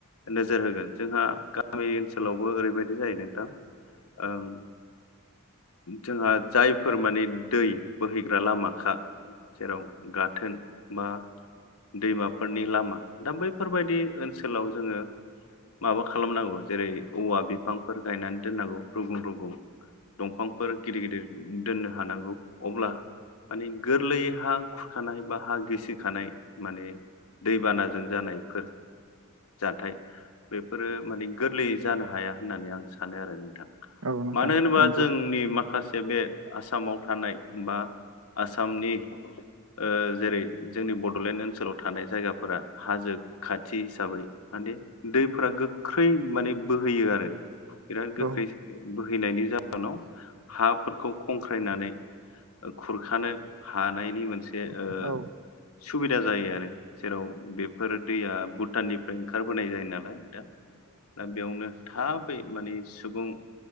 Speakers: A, on the left (about 75°); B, on the right (about 80°).
A: नोजोर होगोन जोंहा गामि ओनसोलावबो ओरैबायदि जायो नोंथां ओम जोंहा जायफोर माने दै बोहैग्रा लामाखा जेराव गाथोन बा दैमाफोरनि लामा दा बैफोरबायदि ओनसोलाव जोंङो माबा खालामनांगौ जेरै औवा- बिफांफोर गायनानै दोननांगौ रुगुं रुगुं दंफांफोर गिदिर गिदिर दोननो हानांगौ। अब्ला माने गोरलैयै हा खुरखानाय बा हा गिसिखानाय माने- दैबानाजों जानायफोर- जाथाय बेफोरो माने गोरलैयै जानो हाया होननानै आं सानो आरो नोंथां।
B: औ नोंथां
A: मानो होनोबा
B: नंगौ
A: जोंनि
B: औ
A: माखासे बे आसामाव थानाय- बा आसामनि- ओ जेरै जोंनि बड'लेण्ड ओनसोलाव थानाय जायगाफोरा हाजो- खाथि हिसाबै मादि दैफोरा गोख्रै माने बोहैयो आरो। बिराद गोख्रै
B: औ
A: बोहैनायनि जहोनाव हाफोरखौ खंख्रायनानै- खुरखानो हानायनि मोनसे ओ
B: औ
A: सुबिदा जायो आरो जेराव बेफोर दैया भुटाननिफ्राय ओंखारबोनाय जायो नालाय दा दा बेयावनो थाबै माने सुबुं